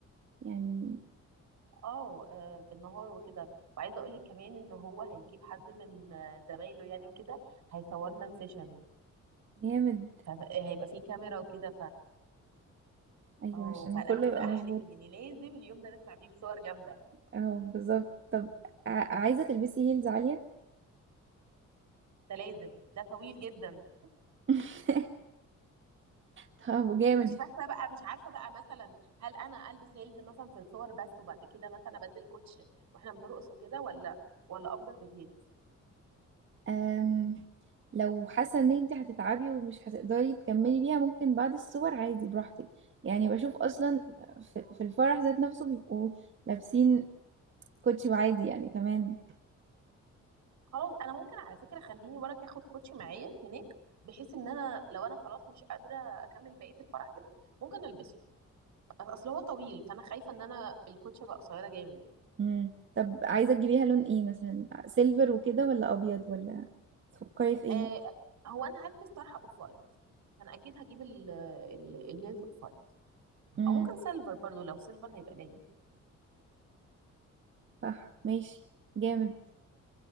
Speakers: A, on the right; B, on the right.
A: يعني
B: اه آه، بالنهار وكده وعايزه اقول لك كمان ان هو هيجيب حد من آه، زمايله يعني وكده هيصورنا السيشن
A: جامد
B: فهيبقى فيه كاميرا وكده
A: ايوه
B: اه
A: عشان
B: فبص
A: كله يبقى
B: بقى
A: مظبوط
B: هن... يعني لازم اليوم ده نطلع بيه بصور جامده
A: اهو بالظبط طب ع- عايزة تلبسي هيلز عالية
B: ده لازم ده طويل جدا
A: <laughs> طب جامد
B: مش فاكره بقى مش عارفه بقى مثلا هل انا البس هيلز مثلا في الصور بس وبعد كده مثلا ابدل كوتش واحنا بنرقص وكده ولا ولا افضل بالهيلز
A: أم... لو حاسة ان انت هتتعبي ومش هتقدري تكملي بيها ممكن بعد الصور عادي براحتك يعني بشوف اصلا في, في الفرح ذات نفسه بيبقوا لابسين كوتشي وعادي يعني تمام
B: خلاص انا ممكن على فكره خليني وراك اخد كوتش معايا هناك بحيث ان انا لو انا خلاص مش قادره اكمل بقيه الفرح كده ممكن البسه اصل هو طويل فانا خايفه ان انا بالكوتش ابقى قصيره جامد
A: مم. طب عايزة تجيبيها لون ايه مثلا سيلفر وكده ولا ابيض ولا تفكري في ايه
B: آه هو انا هلبس طرحه اوف وايت انا اكيد هجيب ال ال الهيلز اوف وايت
A: امم
B: او ممكن سيلفر برضو لو سيلفر هيبقى ليا
A: صح ماشي جامد